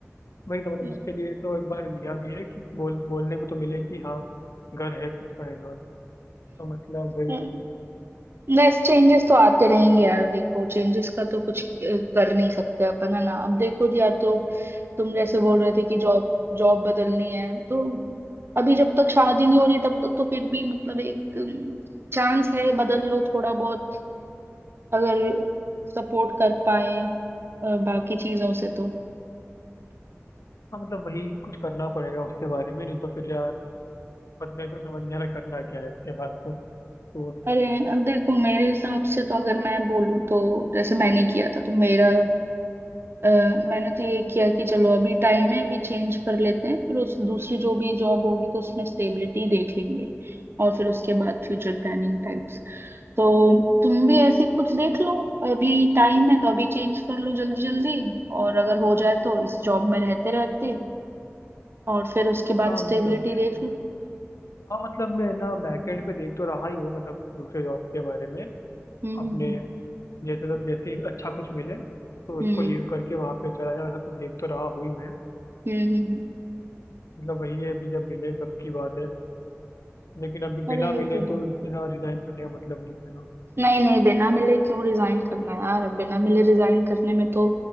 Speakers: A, on the left; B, on the right.
A: वही तो मतलब
B: हम्म
A: उसके लिए तो एक बार लिया भी है कि बोल बोलने को तो मिले कि हाँ घर है खुद का एंड ऑल तो मतलब वही
B: हम्म।
A: है
B: बस चेंजेस तो आते रहेंगे यार देखो चेंजेस का तो कुछ अ, कर नहीं सकते अपन है ना अब देखो जी, या तो तुम जैसे बोल रहे थे कि जॉब जॉब बदलनी है तो अभी जब तक शादी नहीं हो रही तब तक तो फिर भी मतलब एक चांस है बदल लो थोड़ा बहुत अगर सपोर्ट कर पाए अ, बाकी चीजों से तो
A: हाँ मतलब वही कुछ करना पड़ेगा उसके बारे में नहीं तो फिर यार पर मेरे को समझ नहीं आ रहा करना क्या है इसके बाद तो तो
B: अरे अब देखो मेरे हिसाब से तो अगर मैं बोलूं तो जैसे मैंने किया था तो मेरा अ, मैंने तो ये किया कि चलो अभी टाइम है अभी चेंज कर लेते हैं फिर उस दूसरी जो भी जॉब होगी तो उसमें स्टेबिलिटी देख लेंगे और फिर उसके बाद फ्यूचर प्लानिंग टाइप्स तो तुम भी ऐसी कुछ देख लो अभी टाइम है तो अभी चेंज कर लो जल्दी जल्दी और अगर हो जाए तो इस जॉब में रहते रहते और फिर उसके बाद
A: हाँ
B: स्टेबिलिटी
A: मतलब
B: देख लो
A: हाँ मतलब मैं ना बैकएंड पे देख तो रहा ही हूँ मतलब दूसरे जॉब के बारे में
B: हम्म
A: अपने
B: हम्म, हम्म।
A: जैसे तो जैसे ही अच्छा कुछ मिले तो इसको
B: हम्म
A: लीव करके वहाँ पे चला जाऊँ ऐसा कुछ देख तो रहा हुई मैं
B: हम्म हम्म हम्म।
A: मतलब वही है अभी जब मिले तब की बात है लेकिन अभी
B: अरे
A: बिना
B: ये
A: मिले
B: तो है
A: तो ना रिजाइन करने का मतलब नहीं है ना
B: नहीं नहीं बिना मिले क्यों रिजाइन करना यार बिना मिले रिजाइन करने में तो